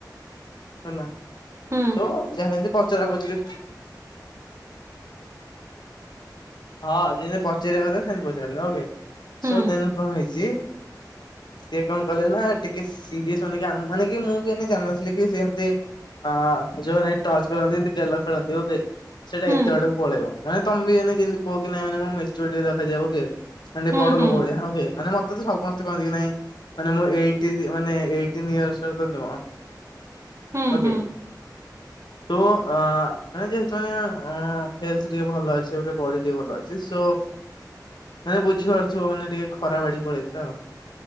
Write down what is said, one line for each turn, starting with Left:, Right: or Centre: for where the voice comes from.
Left: ହେଲା
Right: ହୁଁ
Left: ସୋ ଯାହା ଯେମିତି ପଚରା ପଚିରି ହଁ ଯେମିତି ପଚାରିବା କଥା ସେମତି ପଚାରିଲେ ଓକେ
Right: ହୁଁ ହୁଁ
Left: ସୋ ଦେନ କଣ ହେଇଚି ସିଏ କଣ କଲେ ନା ଟିକେ ସିରିୟସ୍ ମାନେ ମାନେ କି ମୁଁ ବି ଜାନଥିଲି କି ସେମିତି ଅ ଯୋଉ ମାନେ ଟର୍ଚ କରନ୍ତି ଏମତି ଗେଲ ଖେଳନ୍ତି ଓକେ। ସେଇଟା
Right: ହୁଁ
Left: ଏତେ ଆଡକୁ ପଳେଇବ। ମାନେ ତମ ବି ଜାଣିନ ଯେମିତି କୁହ କି ନାଇଁ ମାନେ ମୋ ମାଚିରୁଟୀ ଦେଖା ଯାଏ ଓକେ। ମାନେ
Right: ହୁଁ
Left: ବଡ଼
Right: ହୁଁ
Left: ଲୋକ ଭଳିଆ, ହଁ ବେ ମାନେ ମୋତେ ତତେ ସମସ୍ତେ କହନ୍ତି କି ନାଇଁ ମାନେ ମୁ ଏଇଟି ମାନେ ଏଇଟିନ ଇଅରସର ତ ନୁହ।
Right: ହୁଁ
Left: ଓକେ।
Right: ହୁଁ।
Left: ତୋ ମାନେ ଯେହେତୁ ମାନେ ହେଲଥଟିକେ ଭଲ ଅଛି ଆଉ ଟିକେ ବଢି ଟିକେ ଭଲ ଅଛି ସୋ ମାନେ ବୁଝିପାରୁଥିବ ମାନେ ଟିକେ ଖରାପ ଆଡି ପଳେଇଥିଲା ଆଉ,